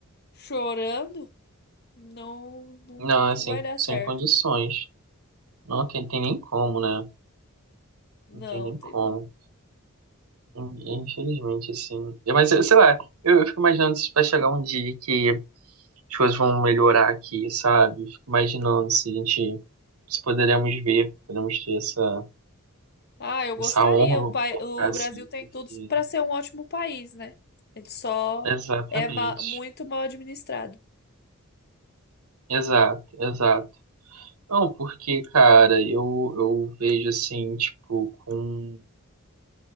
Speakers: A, on the left; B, on the right.
A: chorando, não, não,
B: Não,
A: não
B: é sem,
A: vai dar
B: sem
A: certo.
B: condições. Não tem, tem nem como, né?
A: Não,
B: Não tem nem
A: tem
B: como.
A: não.
B: In- Infelizmente, assim. É, Mas, sei lá, eu, eu fico imaginando se vai chegar um dia que as coisas vão melhorar aqui, sabe? Fico imaginando se a gente, se poderemos ver, poderemos ter essa
A: Ah, eu gostaria.
B: Essa honra,
A: O,
B: vamos
A: pai,
B: colocar
A: o
B: assim,
A: Brasil tem
B: porque.
A: tudo pra ser um ótimo país, né? Ele só
B: Exatamente.
A: é ma- muito mal administrado.
B: Exato, exato. Não, porque, cara, eu, eu vejo assim, tipo, com,